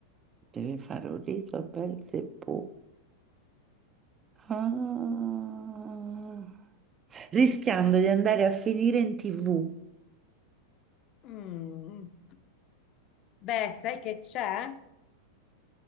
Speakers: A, on the right (about 25°); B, on the left (about 35°).
A: devi fare un riso a pel Seppù. Ah. Rischiando di andare a finire in TV.
B: Mm. Beh, sai che c'è?